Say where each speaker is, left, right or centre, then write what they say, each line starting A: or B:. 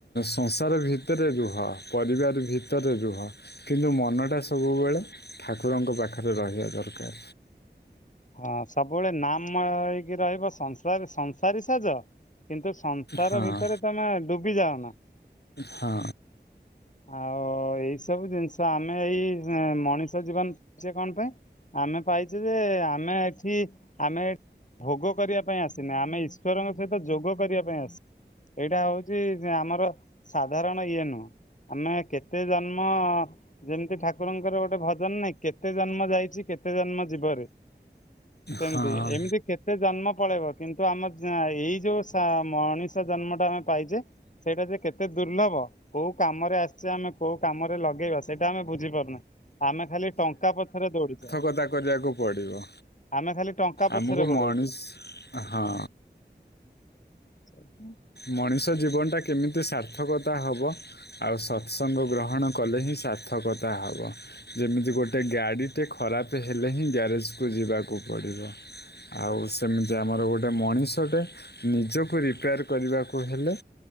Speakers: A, on the left; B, on the left.
A: ସଂସାର ଭିତରେ ରୁହ ପରିବାର ଭିତରେ ରୁହ। କିନ୍ତୁ ମନଟା ସବୁବେଳେ ଠାକୁରଙ୍କ ପାଖରେ ରହିବା ଦରକାର।
B: ହଁ ସବୁବେଳେ ନାମ ହେଇକି ରହିବ ସଂସାରୀ ସଂସାରୀ ସାଜ। କିନ୍ତୁ ସଂସାର
A: ହଁ
B: ଭିତରେ ତମେ ଡୁବି ଯାଅ ନା।
A: ହଁ
B: ଆଉ ଏଇ ସବୁ ଜିନିଷ ଆମେ ଏଇ ମଣିଷ ଜୀବନ ଯେ କଣ ପାଇଁ ଆମେ ପାଇଛୁ ଯେ ଆମେ ଏଠି ଆମେ ଭୋଗ କରିବା ପାଇଁ ଆସିନେ ଆମେ ଈଶ୍ୱରଙ୍କ ସହିତ ଯୋଗ କରିବା ପାଇଁ ଆସି ଏଇଟା ହଉଛି ଆମର ସାଧାରଣ ଇଏ ନୁହଁ। ଆମେ କେତେ ଜନ୍ମ ଯେମିତି ଠାକୁରଙ୍କର ଗୋଟେ ଭଜନ ନାଇଁ କେତେ ଜନ୍ମ ଯାଇଛି କେତେ ଜନ୍ମ ଯିବରେ। ସେମତି
A: ହଁ
B: ଏମିତି କେ ସେ ଜନ୍ମ ପଳେଇବ କିନ୍ତୁ ଆମ ଏଇ ଯୋଉ ସା ମଣିଷ ଜନ୍ମଟା ଆମେ ପାଇଛେ ସେଇଟା ଯେ କେତେ ଦୁର୍ଲଭ କୋଉ କାମରେ ଆସିଛେ ଆମେ କୋଉ କାମରେ ଲଗେଇବା ସେଇଟା ଆମେ ବୁଝିପାରୁନା। ଆମେ ଖାଲି ଟଙ୍କା ପଛରେ ଦୌଡିଛେ।
A: କଥା କରିବାକୁ ପଡ଼ିବ
B: ଆମେ ଖାଲି ଟଙ୍କା ପଛରେ
A: ଆମକୁ
B: ଗୋଡଉଛେ।
A: ମଣିଷ ହଁ।
B: <inaudible>
A: ମଣିଷ ଜୀବନ ଟା କେମିତି ସାର୍ଥକତା ହବ। ଆଉ ସତ୍ସଙ୍ଗ ଗ୍ରହଣ କଲେ ହିଁ ସାର୍ଥକତା ହବ। ଯେମିତି ଗୋଟେ ଗାଡି ଟେ ଖରାପ ହେଲେ ହିଁ ଗ୍ୟାରେଜ କୁ ଯିବାକୁ ପଡିବ। ଆଉ ସେମିତି ଆମର ଗୋଟେ ମଣିଷଟେ ନିଜକୁ ରିପେୟାର। କରିବାକୁ ହେଲେ।